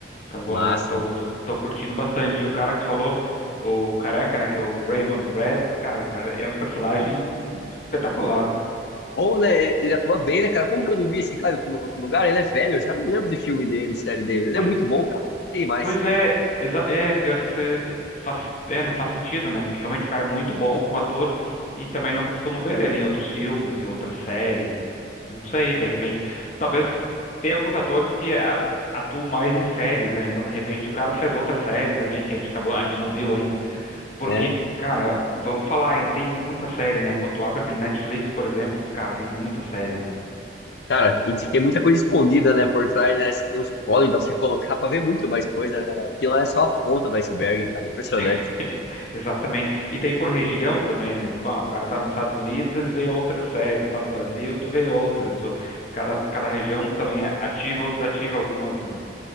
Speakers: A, on the left (about 40°); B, on the left (about 65°).
A: Então,
B: Massa.
A: eu tô,
B: mano.
A: tô, tô curtindo bastante. E o cara que tu falou, o careca, né, que é o Raymond Red, cara, o cara é um personagem espetacular.
B: Ou, né, ele atua bem, né, cara? Como que eu não vi esse cara em outro outro lugar? Ele é velho, eu já não lembro de filme dele, série dele. Ele
A: Pois,
B: é muito bom, cara. Tem mais.
A: pois é, exa- é, pior que isso é, é, faz, é, não faz sentido, né? Porque realmente o cara é muito bom como ator e também não costumo ver ele em outros filmes, e outras séries. Não sei, de repente. Talvez tenha alguns atores que a- atuam mais em séries, né? Então, de repente, o cara fez outra série também que a gente acabou, a gente não viu ainda. Porque,
B: É, é.
A: cara, vamos falar, hein, tem muita série, né? Quando tu abre aquele Netflix, por exemplo, cara, tem muita série lá.
B: Cara, e diz que tem muita coisa escondida, né, por trás, né? Tem uns códigos pra você colocar pra ver muito mais coisa, né? Aquilo lá é só a ponta do iceberg, cara. Impressionante.
A: <laughs> Exatamente. E tem por região também, né? Tipo, ah, o cara tá nos Estados Unidos, ele vê outras séries, tá no Brasil, tu vê outras. Tu- Cada, cada região também é ativa ou desativa algumas, né?